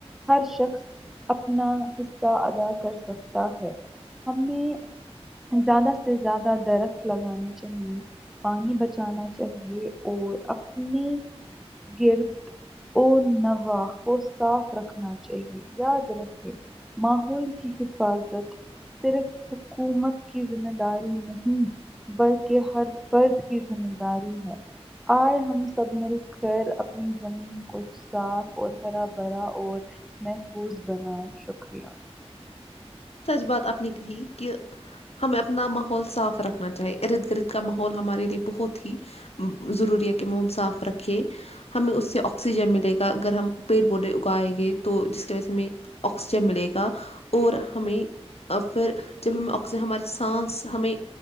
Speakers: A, in the centre; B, on the left.
A: ہر شخص اپنا حصہ ادا کر سکتا ہے ہمیں زیادہ سے زیادہ درخت لگانے چاہیے پانی بچانا چاہیے اور اپنی گرد اور نواح کو صاف رکھنا چاہیے یا درخت ماحول کی حفاظت صرف حکومت کی ذمہ داری نہیں بلکہ ہر فرد کی ذمہ داری ہے آئے ہم سب مل کر اپنی زمین کو صاف اور ہرا بھرا اور پوز بنائے شکریہ
B: سچ بات آپ نے کہی کہ ہمیں اپنا ماحول صاف رکھنا چاہیے ارد گرد کا ماحول ہمارے لیے بہت ہی ضروری ہے کہ ہم صاف رکھے ہمیں اس سے آکسیجن ملے گا اگر ہم پیڑ پودے اگائےیں گے تو جس کی وجہ سے ہمیں آکسیجن ملے گا اور ہمیں پھر جب ہمیں آکسیجن ہماری سانس ہمیں